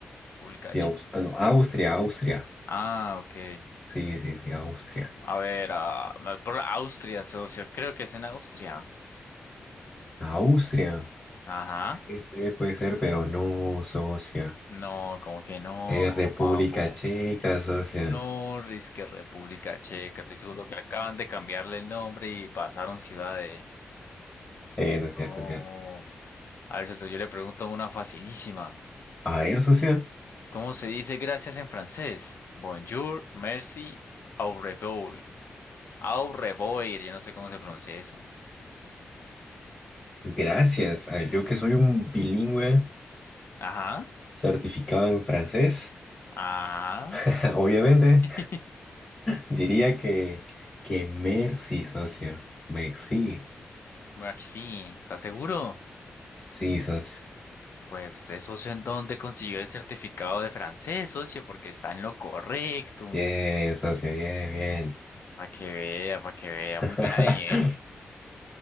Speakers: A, on the left; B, on the left.
A: República
B: Sí,
A: H.
B: Aus- ah, no, Austria, Austria.
A: Ah, ok.
B: Sí, sí, sí, Austria.
A: A ver, ah, me voy por Austria, socio. Creo que es en Austria.
B: Austria.
A: Ajá.
B: Ese puede ser, pero no, socia.
A: No, como que no,
B: Es República
A: papo.
B: Checa, socia.
A: No, risque República Checa. Estoy seguro que acaban de cambiarle el nombre y pasaron ciudad de.
B: Eh, no es
A: No.
B: cierto, es cierto.
A: A ver, socio, yo le pregunto una facilísima.
B: A ver, socia.
A: ¿Cómo se dice gracias en francés? Bonjour, merci, au revoir. Au revoir, yo no sé cómo se pronuncia eso.
B: Gracias. A ver, yo que soy un bilingüe
A: Ajá,
B: certificado en francés,
A: ajá.
B: <laughs> obviamente,
A: <laughs>
B: diría que, que merci, socio. Merci.
A: Bueno, aquí sí. ¿estás seguro?
B: Sí, socio.
A: Pues usted, socio, ¿en dónde consiguió el certificado de francés, socio? Porque está en lo correcto.
B: Bien, socio. bien, bien.
A: Para que vea, para que vea.
B: <laughs>
A: Muy bien ahí, ¿eh?